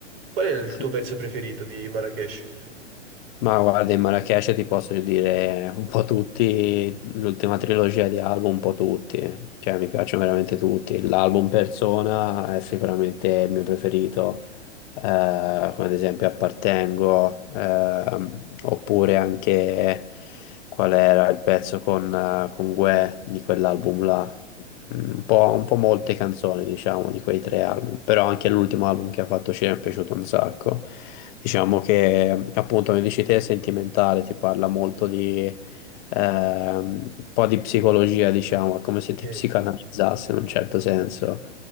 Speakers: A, on the right; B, on the left.
A: qual è il
B: Sì.
A: tuo pezzo preferito di Marrakesh?
B: Ma guarda, in Marrakesh ti posso dire un po' tutti, l'ultima trilogia di album, un po' tutti, cioè mi piacciono veramente tutti. L'album Persona è sicuramente il mio preferito, eh, come ad esempio Appartengo, ehm, oppure anche qual era il pezzo con, eh, con Guè di quell'album là. Un po', un po' molte
A: Eh,
B: canzoni, diciamo, di quei tre album, però anche l'ultimo album che ha fatto ci è piaciuto un sacco. Diciamo che, appunto, come dici te, è sentimentale, ti parla molto di ehm, un po' di psicologia, diciamo, è come se ti
A: Sì,
B: psicanalizzasse in un certo senso.